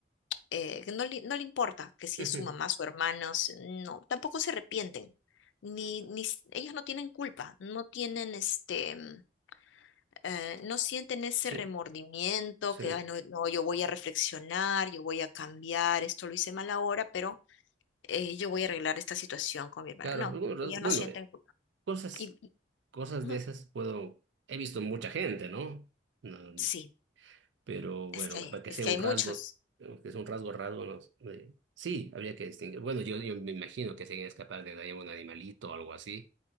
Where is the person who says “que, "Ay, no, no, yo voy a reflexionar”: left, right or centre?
Left